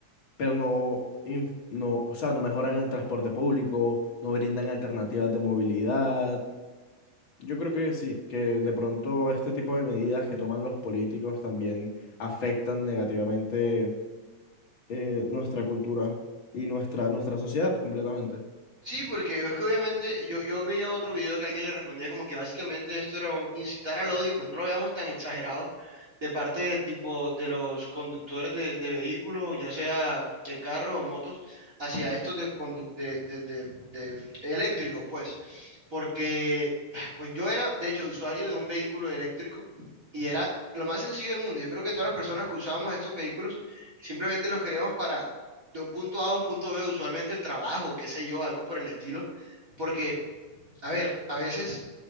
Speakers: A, on the left; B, on the right.
A: pero no, inf- no, o sea, no mejoran el transporte público, no brindan alternativas de movilidad yo creo que sí, que de pronto este tipo de medidas que toman los políticos también afectan negativamente eh, nuestra cultura y nuestra, nuestra sociedad completamente.
B: Sí, porque es que obviamente yo, yo veía otro video que alguien le respondía como que básicamente esto era un- incitar al odio, pues no lo veamos tan exagerado de parte de, tipo de los conductores de, de vehículos, ya sea eh, carros o motos, hacia estos de, condu- de, de- de- de eléctricos, pues, porque <sighs> pues yo era de hecho usuario de un vehículo eléctrico y era lo más sencillo del mundo. Yo creo que todas las personas que usábamos estos vehículos simplemente los queríamos para de un punto A a un punto B, usualmente el trabajo, qué sé yo, algo por el estilo, porque, a ver, a veces